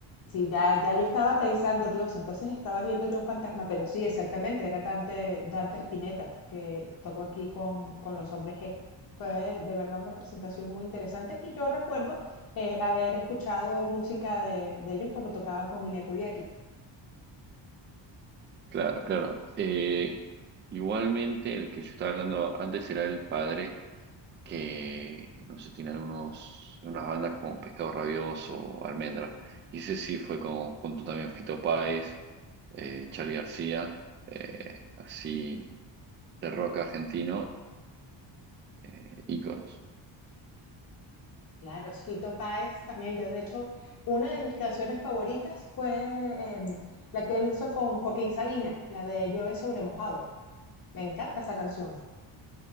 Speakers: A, on the left; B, on the right.
A: sí, ya, ya yo estaba pensando, Dios, entonces estaba viendo yo un fantasma, pero sí, exactamente, era Dante, Dante Spinetta que tocó aquí con, con los hombres G. Fue de verdad una presentación muy interesante y yo recuerdo eh, haber escuchado música de, de ellos cuando tocaba con Ilia Kuriaki.
B: Claro, claro. Eh, igualmente, el que yo estaba hablando antes era el padre que no sé, tiene algunos, unas bandas como Pescado Rabioso o Almendra. Y ese sí fue con, junto también a Fito Páez, eh, Charly García, eh, así de rock argentino, eh, íconos.
A: Claro, Fito Páez también, yo de hecho, una de mis canciones favoritas fue em, la que él hizo con Joaquín Sabina, la de Llueve sobre mojado. Me encanta esa canción.